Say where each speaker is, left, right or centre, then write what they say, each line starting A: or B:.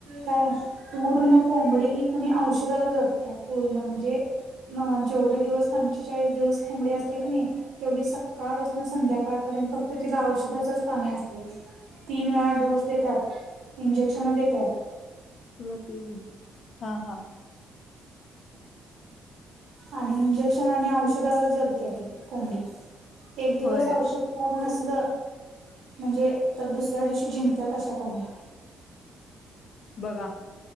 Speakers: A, on the right; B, on the left.
A: काय पूर्ण कोंबडी ही कणी औषधावर जगत्या. पूर्ण म्हणजे म जेवढे दिवस पंचेचाळीस दिवस कोंबडी असत्या की नाही तेवढी सकाळ पासण संध्याकाळपर्यंत फक्त तिला औषधाचच पाणी असतय. तीन वेळा डोस देतात. इंजेक्शन देतात.
B: तुला ते घे. हा हा
A: आणि इंजेक्शन आणि औषधावर जगत्या ती कोंबडी. एक दिवस
B: होय.
A: औषध नसलं म्हणजे तर दुसऱ्या दिवशी झिंगत्यात अशा कोंबड्या.
B: बघा